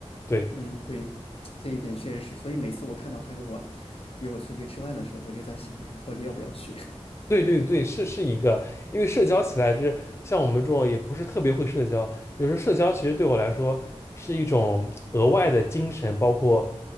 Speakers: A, on the left (about 25°); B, on the left (about 55°).
A: 对
B: 嗯，对，这一点确实是，所以每次我看到他跟我约我出去吃饭的时候，我就在想，哎呀，到底要不要去？
A: 对对对，是是一个，因为社交起来就是像我们这种也不是特别会社交，有时候社交其实对我来说是一种额外的精神，包括